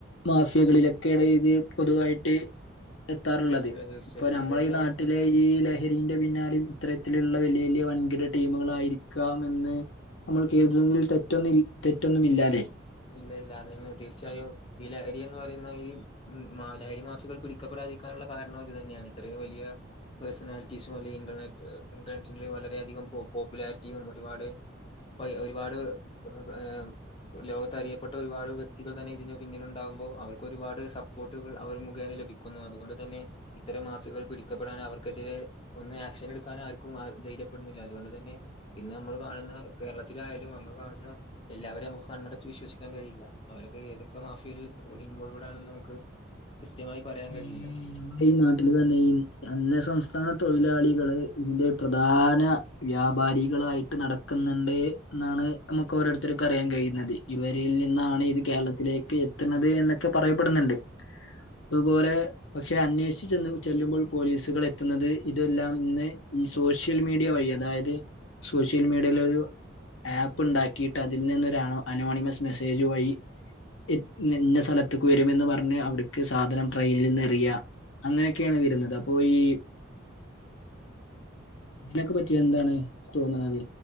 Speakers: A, on the left; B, on the left.
A: മാഫിയാക്കളിലൊക്കെണ് ഇത് പൊതുവായിട്ട് എത്താറുള്ളത്
B: തീർച്ചയായും, തീർച്ചയായും.
A: ഇപ്പൊ നമ്മളെ
B: അത് തന്നെയാണ്
A: നാട്ടിലെ ഈ ലഹരിന്റെ പിന്നാലീം ഇത്തരത്തിലുള്ള വലിയ വലിയ വൻകിട ടീമുക്കളായിരിക്കണമെന്ന് നമ്മൾ കരുതുന്നതില് തെറ്റൊന്നും ൽ തെറ്റൊന്നുമില്ലാല്ലേ
B: ഇല്ല ഇല്ല അതെന്നെ തീർച്ചയും ഈ ലഹരിയെന്ന് പറയുന്ന ഈ ഉം മാലായി മാഫികൾ പിടിക്കപ്പെടാതിരിക്കാനുള്ള കാരണം ഇത് തന്നെയാണ് ഇത്രയും വലിയ പേഴ്സണാലിറ്റീസും അല്ലെങ്കി ഇന്റർനെറ്റ് ഏ ഇന്റർനെറ്റില് വളരെയധികം പോപ്പുലാരിറ്റിയും ഒരുപാട് ഇപ്പ ഒരുപാട് ഏ ലോക അറിയപ്പെട്ട ഒരുപാട് വ്യക്തികൾ തന്നെ ഇതിന് പിന്നിൽണ്ടാകുമ്പോ അവർക്ക് ഒരുപാട് സപ്പോർട്ടുകൾ അവര് മുഖേന ലഭി ന്നു അതുകൊണ്ട് തന്നെ ഇത്തരം മാഫിയകൾ പിടിക്കപ്പെടാൻ അവർക്കെതിരെ - ഒന്ന് ആക്ഷൻ എടുക്കാൻ ആർക്കും ധൈര്യപ്പെടുന്നില്ല അതുകൊണ്ടുതന്നെ ഇന്ന് നമ്മള് കാണുന്ന കേരളത്തിലായാലും നമ്മൾ കാണുന്ന എല്ലാവരെയും നമ്മുക്ക് കണ്ണട ച്ച് വിശ്വശിക്കാൻ കഴിയില്ല അവരക്കെ ഏതൊക്കെ മാഫിയിൽ ഇൻവോൾവ്ഡാണെന്ന് മുക്ക്. കൃത്യമായി പറയാൻ കഴിയില്ല
A: ഈ നമ്മളെ ഈ നാട്ടില് തന്നെയിം. അന്യ സംസ്ഥാന തൊഴിലാളികള് ഇതിന്റെ പ്രധാന വ്യാപാരികളായിട്ട് നട നിക്കുന്നുടെ ന്നാണ് നമുക്ക് ഓരോരുത്തർക്കും അറിയാൻ കഴിയുന്നത്. ഇവരിൽ നിന്നാണ് ഇത് കേരളത്തിലേക്ക് എത്ത്ണത് എന്നൊക്കെ പറയപ്പെടുന്നുണ്ട്. ഇതുപോലെ പക്ഷെ അന്വേഷിച്ച് ചെന്ന ചെല്ലുമ്പോൾ പോലീസുകൾ എത്തുന്നത് ഇതെല്ലാം ഇന്ന് ഈസ് സോഷ്യൽ മീഡിയ വഴി അതായത് സോഷ്യൽ മീഡിയയിലൊരു. ആപ്പ് ണ്ടാക്കിയിട്ട് അതിൽ നിന്നൊ അനോണിമസ് മെസ്സേജ് വഴി എത്ത് ഇന്നാ ന്നാ സ്ഥലത്ത്ക്ക്‌ വരുമെന്ന് പറഞ്ഞ് അവിട്ക്ക്‌ സാധനം ട്രെയിനിൽ നിന്ന് ഇറക്ക പ്രിയഅങ്ങനെയൊക്കെയാണ് വരുന്നത് അപ്പോ ഈ നിനക്ക് പറ്റി എന്താണ് തോന്നണത്.